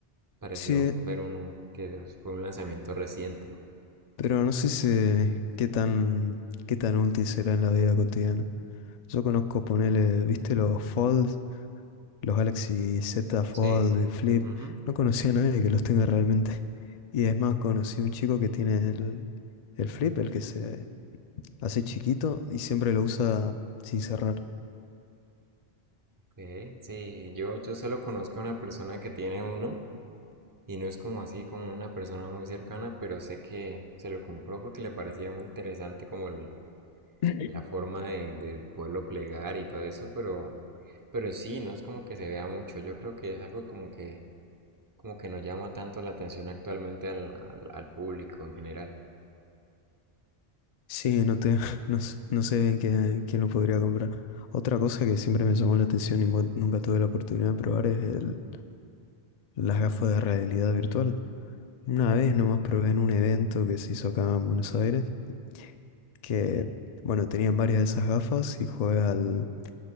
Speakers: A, on the right; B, on the left.
A: Pareció
B: Sí,
A: ver uno que fue un lanzamiento reciente.
B: pero no sé si- qué tan, qué tan útil será en la vida cotidiana. Yo conozco, ponele, ¿viste los Fold? Los Galaxy Z Fold
A: Sí.
B: y Flip.
A: Ujú.
B: No conocía a nadie que los tenga realmente. Y es más, conocí a un chico que tiene el, el Flip, el que se hace chiquito y siempre lo usa sin cerrar.
A: Ok, Sí, yo, yo solo conozco a una persona que tiene uno y no es como así como una persona muy cercana, pero sé que se lo compró porque le parecía muy interesante como el-
B: <clears throat>
A: la forma de, de poderlo plegar y todo eso, pero, pero sí, no es como que se vea mucho. Yo creo que es algo como que, como que no llama tanto la atención actualmente al, al al público en general.
B: Sí, no te, <laughs> no, s- no sé bien quién, quién lo podría comprar. Otra cosa que siempre me llamó la atención y nunca nunca tuve la oportunidad de probar es el, las gafas de realidad virtual. Una vez nomás probé en un evento que se hizo acá en Buenos Aires, que, bueno, tenían varias de esas gafas y jugué al,